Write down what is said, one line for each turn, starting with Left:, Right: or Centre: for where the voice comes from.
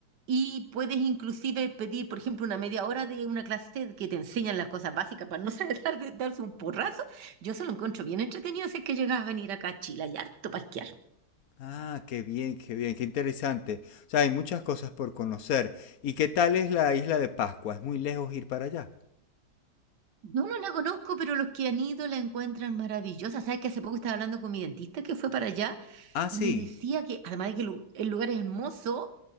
Right: y puedes inclusive pedir, por ejemplo, una media hora de una clase que te enseñan las cosas básicas para no <laughs> saber dar- darse un porrazo. Yo se lo encuentro bien entretenido si es que llegas a venir acá a Chile, y harto para esquiar.
Left: Ah, qué bien, qué bien, qué interesante. O sea, hay muchas cosas por conocer. ¿Y qué tal es la isla de Pascua? ¿Es muy lejos ir para allá?
Right: No, no la conozco, pero los que han ido la encuentran maravillosa. Sabes que hace poco estaba hablando con mi dentista que fue para allá
Left: Ah, sí.
Right: y me decía que, además de que el lu- el lugar es hermoso,